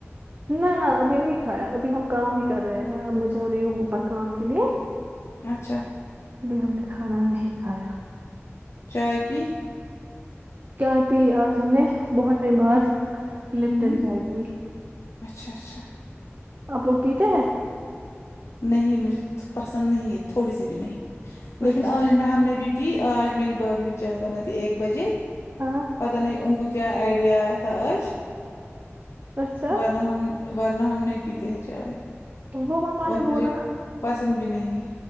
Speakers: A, on the right (about 45°); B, on the left (about 75°).
A: نہ نہ ابھی نہیں کھایا ابھی ہم کام ہی کر رہے ہیں اب میں جا رہی ہوں اوپر کام کے لیے
B: اچھا
A: ابھی ہم نے کھانا نہیں کھایا
B: چاے پی
A: چاںے پی آج ہم نے بہت ٹائم بعد لپٹن
B: ہوں
A: چائے پی
B: اچھا اچھا
A: آپ لوگ پیتے ہو
B: نہیں مجھے پسند نہیں ہے تھوڑی سی بھی نہیں لیکن
A: اچھا
B: آج میں ہم نے بھی پی آج میری بھابی نے چائے بنائی تھی ایک بجے
A: ہاں
B: پتہ نہیں ان کو کیا آئیڈیا آیا تھا آج
A: اچھا
B: ورنہ ہم ورنہ ہم نہیں پیتے ہی چائے
A: تو وہ مماں
B: اور
A: نے
B: مجھے
A: بولا
B: پسند بھی نہیں